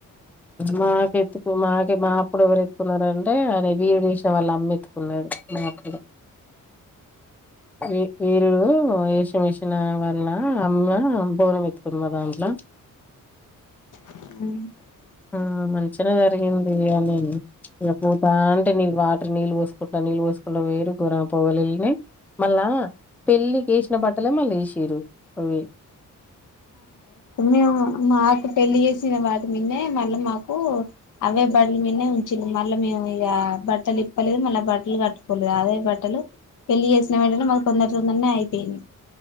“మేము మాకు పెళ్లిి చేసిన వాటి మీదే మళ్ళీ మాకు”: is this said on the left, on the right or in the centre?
Left